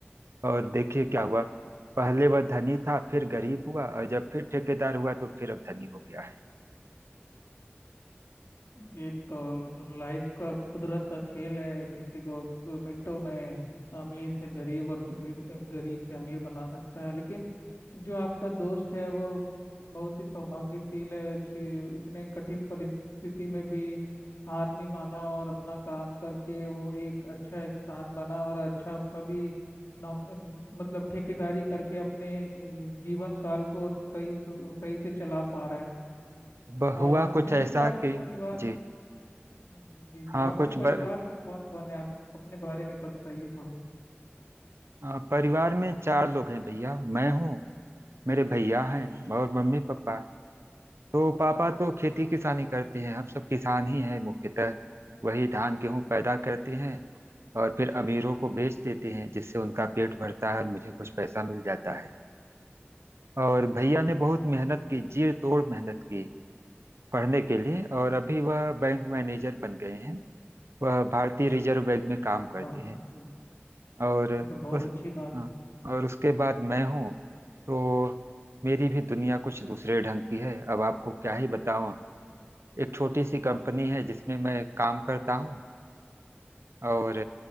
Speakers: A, on the right (about 80°); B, on the left (about 70°).
A: और देखिए क्या हुआ पहले वह धनी था फिर गरीब हुआ और जब फिर ठेकेदार हुआ तो फिर अब धनी हो गया है
B: ये तो लाइफ का कुदरत का खेल है किसी को क- मिनटों में अमीर से गरीब और गमीर गरीब से अमीर बना सकता है लेकिन जो आपका दोस्त है वो बहुत ही सौभाग्यशील है जी इतने कठिन परिस्थिति में भी हार नहीं माना और अपना काम करके वो एक अच्छा इंसान बना और अच्छा अभी नौ मतलब ठेकेदारी करके अपने अ, जीवन काल को सही सु- सही से चला पा रहा है
A: अब
B: और
A: हुआ कुछ
B: जैसे
A: ऐसा
B: कि आपके
A: कि
B: परिवार
A: जी
B: हम्म, जी जी
A: हाँ
B: आपके
A: कुछ
B: परिवार
A: ब,
B: में कौन कौन है आप अपने बारे में बताइए थोड़ा
A: अ, परिवार में चार लोग हैं भैया मैं हूँ मेरे भैया हैं और मम्मी पापा तो पापा तो खेती किसानी करते हैं हम सब किसान ही हैं मुख्यतः वही धान गेहूं पैदा करते हैं और फिर अमीरों को बेच देते हैं जिससे उनका पेट भरता है और मुझे कुछ पैसा मिल जाता है और भैया ने बहुत
B: जी,
A: मेहनत की
B: जी।
A: जी तोड़ मेहनत की पढ़ने के लिए और अभी वह बैंक मैनेजर बन गए हैं वह भारतीय रिजर्व बैंक में काम
B: जी,
A: करते
B: वाह
A: हैं
B: ये तो
A: और
B: ये तो बहुत
A: उस
B: अच्छी बात
A: हाँ,
B: है
A: और उसके बाद मैं हूँ तो मेरी भी दुनिया कुछ दूसरे ढंग की है अब आपको क्या ही बताऊं एक छोटी सी कंपनी है जिसमें मैं काम करता हूँ और